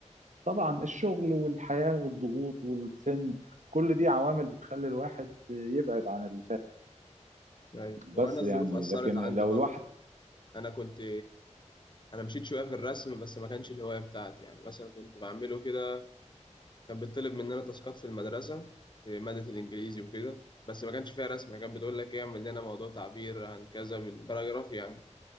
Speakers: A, on the right (about 80°); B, on the left (about 40°).
A: طبعا الشغل والحياه والضغوط والسن كل دي عوامل بتخلي الواحد يبعد عن اللي فات
B: ايوه وانا
A: بس
B: الظروف
A: يعني
B: اثرت
A: لكن
B: عندي
A: لو
B: برضه
A: الواحد
B: انا كنت انا مشيت شويه في الرسم بس ما كانش الهوايه بتاعتي يعني مثلا كنت بعمله كده كان بيطلب مننا تاسكات في المدرسه في ماده الانجليزي وكده بس ما كانش فيها رسم كان بتقول لك ايه اعمل لنا موضوع تعبير عن كذا بالباراجراف يعني